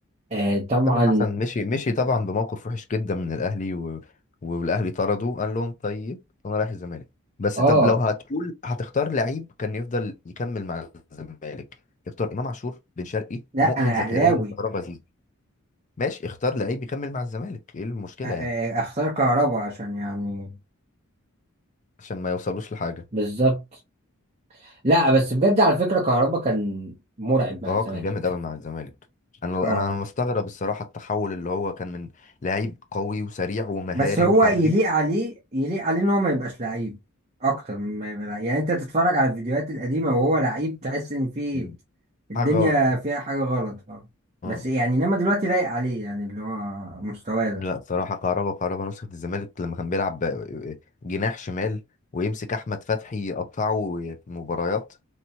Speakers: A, on the right; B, on the left.
A: آه، طبعا
B: تامر حسن مشي مشي طبعا بموقف وحش جدا من الاهلي و... والاهلي طرده قال لهم طيب انا رايح الزمالك بس
A: اه
B: طب لو هتقول هتختار لعيب كان يفضل يكمل مع الزمالك اختار امام عاشور بن شرقي
A: لا
B: مؤمن
A: انا اهلاوي
B: زكريا كهربا زيزو ماشي اختار لعيب يكمل مع الزمالك ايه المشكله
A: أ- أ-
B: يعني
A: اختار كهربا عشان يعني
B: عشان ما يوصلوش لحاجه
A: بالظبط لا بس بجد على فكرة كهربا كان مرعب مع
B: اه
A: الزمالك
B: كان جامد قوي مع الزمالك انا
A: اه
B: انا أنا مستغرب الصراحه التحول اللي هو كان من لعيب قوي وسريع ومهاري
A: بس هو
B: وحريف
A: يليق عليه يليق عليه ان هو ما يبقاش لعيب اكتر من ما يبقى لعيب يعني انت تتفرج على الفيديوهات القديمه وهو لعيب تحس ان في
B: مم.
A: الدنيا
B: حاجه غلط
A: فيها حاجه غلط اه بس
B: اه
A: يعني انما دلوقتي لايق عليه يعني اللي هو مستواه ده
B: لا بصراحة كهربا كهربا نسخة الزمالك لما كان بيلعب ب- جناح شمال ويمسك أحمد فتحي يقطعه في مباريات